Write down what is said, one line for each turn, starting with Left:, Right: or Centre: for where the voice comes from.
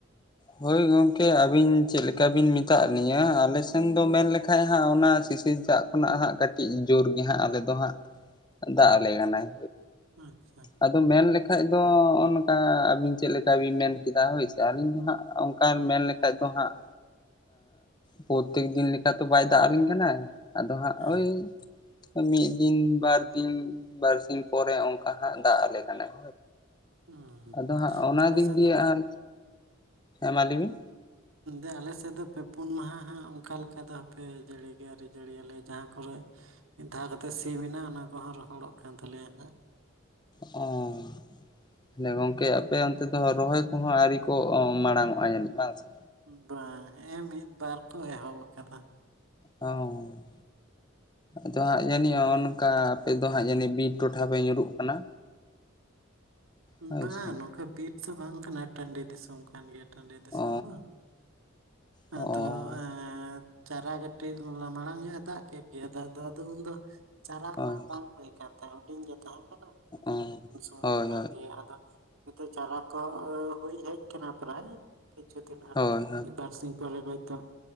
Left: ᱦᱳᱭ, ᱜᱚᱢᱠᱮ ᱟᱹᱵᱤᱱ ᱪᱮᱫ ᱞᱮᱠᱟ ᱵᱤᱱ ᱢᱮᱛᱟᱫ ᱞᱤᱧᱟᱹ᱾ ᱟᱞᱮ ᱥᱮᱱ ᱫᱚ ᱢᱮᱱ ᱞᱮᱠᱷᱟᱡ ᱦᱟᱸᱜ ᱚᱱᱟ ᱥᱤᱥᱤᱨ ᱥᱮᱛᱟᱜ ᱠᱷᱚᱱᱟᱜ ᱦᱟᱸᱜ ᱠᱟᱹᱴᱤᱡ ᱡᱳᱨ ᱜᱮ ᱦᱟᱜ, ᱟᱞᱮ ᱫᱚ ᱦᱟᱸᱜ ᱫᱟᱜ ᱟᱞᱮ ᱠᱟᱱᱟᱭ᱾
Right: ᱟᱪᱪᱷᱟ᱾
Left: ᱟᱫᱚ ᱢᱮᱱ ᱞᱮᱠᱷᱟᱡ ᱫᱚ ᱱᱚᱜ ᱱᱚᱝᱠᱟ ᱟᱵᱤᱱ ᱪᱮᱫ ᱞᱮᱠᱟᱹ ᱵᱤᱱ ᱢᱮᱱ ᱠᱮᱫᱟ? ᱦᱳᱭ ᱥᱮ ᱟᱹᱞᱤᱧ ᱫᱚ ᱦᱟᱸᱜ ᱚᱱᱠᱟ ᱢᱮᱱ ᱞᱮᱠᱷᱟᱹᱡ ᱫᱚ ᱦᱟᱸᱜ ᱯᱨᱚᱛᱮᱠ ᱫᱤᱱ ᱞᱮᱠᱟ ᱛᱚ, ᱵᱟᱭ ᱫᱟᱜ ᱟᱹᱞᱤᱧ ᱠᱟᱱᱟᱭ, ᱟᱫᱚ ᱦᱟᱸᱜ
Right: ᱦᱮᱸ
Left: ᱚᱭ ᱢᱤᱫ ᱫᱤᱱ ᱵᱟᱨ ᱫᱤᱱ ᱵᱟᱨᱥᱤᱧ ᱯᱚᱨᱮ, ᱚᱱᱠᱟ ᱦᱟᱸᱜ ᱫᱟᱜ ᱟᱞᱮ ᱠᱟᱱᱟᱭ᱾
Right: ᱦᱩᱸ
Left: ᱟᱫᱚ ᱦᱟᱸᱜ ᱚᱱᱟ
Right: ᱟᱞᱮ
Left: ᱫᱤᱠ
Right: ᱥᱮᱫ
Left: ᱫᱤᱭᱮ
Right: ᱫᱚ
Left: ᱦᱮᱸ ᱢᱟ ᱞᱟᱹᱭ ᱵᱮᱱ
Right: ᱮ ᱟᱞᱮ ᱥᱮᱫ ᱫᱚ ᱯᱮ ᱯᱩᱱ ᱢᱟᱦᱟ ᱦᱟᱸᱜ, ᱚᱱᱠᱟ ᱞᱮᱠᱟ ᱫᱚ ᱦᱟᱯᱮ ᱡᱟᱹᱲᱤ ᱟᱹᱣᱨᱤ ᱡᱟᱹᱲᱤ ᱭᱟᱞᱮ ᱡᱟᱦᱟᱸ ᱠᱚᱨᱮ ᱢᱤᱫ ᱫᱷᱟᱣ ᱠᱟᱛᱮ ᱥᱤ ᱢᱮᱱᱟᱜᱼᱟ, ᱚᱱᱟ ᱠᱚᱦᱚᱸ ᱨᱚᱦᱚᱲᱚᱜ ᱠᱟᱱ ᱛᱟᱞᱮᱭᱟ ᱦᱟᱸᱜ᱾
Left: ᱚᱸᱻ ᱦᱚᱸ ᱜᱚᱝᱠᱮ ᱟᱯᱮ ᱚᱱᱛᱮ ᱫᱚ ᱨᱚᱦᱚᱭ ᱠᱚᱦᱚᱸ ᱟᱹᱣᱨᱤ ᱠᱚ ᱢᱟᱲᱟᱝᱚᱜᱼᱟ ᱡᱟᱹᱱᱤᱡ ᱵᱟᱝ ᱥᱮ?
Right: ᱵᱟᱝ ᱱᱮᱜ ᱮ ᱢᱤᱫ ᱵᱟᱨ ᱠᱚ ᱮᱦᱚᱵ ᱟᱠᱟᱫᱟ᱾
Left: ᱚᱸ᱾ ᱟᱫᱚ ᱦᱟᱸᱜ ᱡᱟᱹᱱᱤᱡ ᱱᱚᱜᱚ ᱱᱚᱝᱠᱟ ᱟᱯᱮ ᱫᱚ ᱦᱟᱸᱜ ᱡᱟᱹᱱᱤᱡ ᱵᱤᱨ ᱴᱚᱴᱷᱟ ᱯᱮ ᱧᱩᱨᱩᱜ ᱠᱟᱱᱟ? ᱦᱳᱭ
Right: ᱵᱟᱝ
Left: ᱥᱮ
Right: ᱱᱚᱝᱠᱟ ᱵᱤᱨ ᱫᱚ ᱵᱟᱝ ᱠᱟᱱᱟ, ᱴᱟᱺᱰᱤ ᱫᱤᱥᱚᱢ ᱠᱟᱱ ᱜᱮᱭᱟ ᱴᱟᱺᱰᱤ ᱫᱤᱥᱚᱢ
Left: ᱚ
Right: ᱫᱚ,
Left: ᱚ
Right: ᱟᱫᱚ ᱮ ᱪᱟᱨᱟ ᱴᱤᱡᱽ ᱢᱟᱲᱟᱝ ᱧᱚᱜ ᱮ ᱫᱟᱜ ᱠᱮᱫ ᱜᱮᱭᱟ, ᱫᱟᱜ ᱟᱫᱚ ᱩᱱᱫᱚ ᱪᱟᱨᱟ
Left: ᱦᱳᱭ
Right: ᱠᱚ ᱦᱟᱸᱜ ᱵᱟᱝ ᱦᱩᱭ ᱟᱠᱟᱱ ᱦᱩᱰᱤᱧ ᱜᱮ ᱛᱟᱦᱮᱸ ᱠᱟᱱᱟ
Left: ᱚ
Right: ᱩᱱ ᱥᱚᱢᱚᱭ
Left: ᱦᱳᱭ
Right: ᱫᱚ ᱵᱟᱝ
Left: ᱦᱳᱭ
Right: ᱟᱫᱚ ᱱᱤᱛᱚᱜ ᱪᱟᱨᱟ ᱠᱚ ᱦᱩᱭ ᱦᱮᱡ ᱟᱠᱟᱱᱟ, ᱯᱨᱟᱭ ᱠᱤᱪᱷᱩ ᱫᱤᱱ ᱟᱨ
Left: ᱦᱳᱭ ᱦᱳᱭ
Right: ᱢᱤᱫ ᱵᱟᱨ ᱥᱤᱧ ᱠᱚᱨᱮ ᱠᱷᱚᱡ ᱫᱚ